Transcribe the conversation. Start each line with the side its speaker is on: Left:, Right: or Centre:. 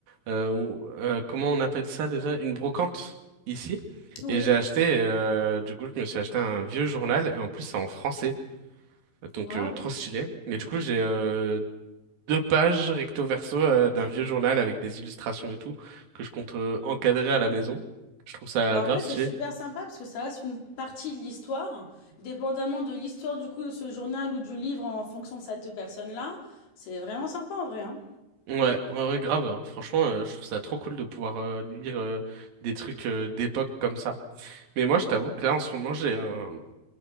Right: euh, ou- euh, comment on appelle ça déjà? Une brocante ici.
Left: Oui.
Right: Et j'ai acheté euh, du coup je me suis acheté un vieux journal et en plus c'est en français donc
Left: Waouh!
Right: euh, trop stylé. Et du coup j'ai euh, deux pages recto verso euh, d'un vieux journal avec des illustrations et tout, que je compte euh, encadrer à la maison. Je trouve ça
Left: Ben, en
Right: grave
Left: vrai,
Right: stylé.
Left: c'est super sympa parce que ça reste une partie de l'histoire. Dépendamment de l'histoire du coup de ce journal ou du livre en fonction de cette personne-là, c'est vraiment sympa en vrai, hein.
Right: Ouais, ouais, ouais, grave. Franchement, euh, je trouve ça trop cool de pouvoir euh, lire euh, des trucs euh, d'époque comme ça. Mais moi, je t'avoue que là, en ce moment, j'ai un...